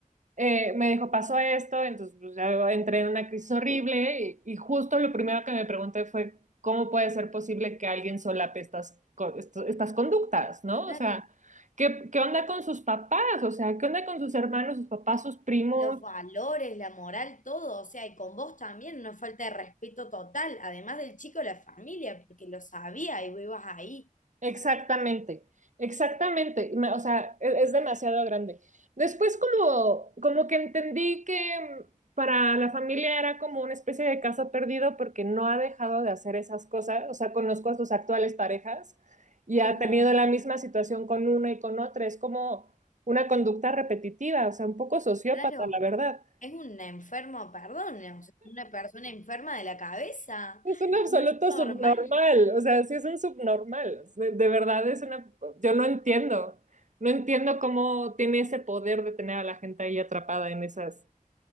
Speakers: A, on the right (about 60°); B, on the left (about 65°).
A: eh, me dijo, pasó esto, entonces pues, ya entré en una crisis horrible y, y justo lo primero que me pregunté fue, ¿cómo puede ser posible que alguien solape estas, co- esto- estas conductas, ¿no?
B: Claro.
A: O sea, ¿qué, qué onda con sus papás? O sea, ¿qué onda con sus hermanos, sus papás, sus primos?
B: los valores, la moral, todo, o sea, y con vos también, una falta de respeto total, además del chico, la familia, porque lo sabía y vos ibas ahí.
A: Exactamente, exactamente. Me- O sea, e- es, demasiado grande. Después como, como que entendí que mm, para la familia era como una especie de caso perdido porque no ha dejado de hacer esas cosas. O sea, conozco a sus actuales parejas y
B: Qué
A: ha
B: mal,
A: tenido la misma situación con una y con otra. Es como una conducta repetitiva, o sea, un poco sociópata,
B: claro.
A: la verdad.
B: Es un enfermo, perdón, o sea, una persona enferma de la cabeza,
A: Es
B: <laughs>
A: un absoluto
B: no es normal.
A: subnormal, o sea, sí es un subnormal, de, de verdad es una, yo no entiendo, no entiendo cómo tiene ese poder de tener a la gente ahí atrapada en esas